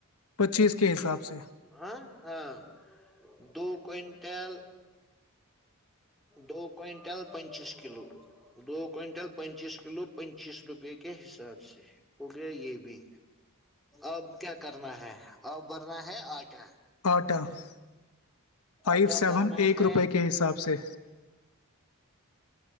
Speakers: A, on the left (about 75°); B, in the centre.
A: پچیس کے حساب سے
B: ہ ہ دو کوئنٹ تیل دونٹل پچیس کلو دونٹل پنچیس کلو پنچیس روپے کے حساب سے اوکیا یہ بھی آب کیا کرنا ہے آب بھرنا ہے آٹا
A: آٹ <unintelligible> فائیو
B: آٹا
A: سیون
B: بھرنا
A: ایک
B: ہے
A: روپے کے حساب سے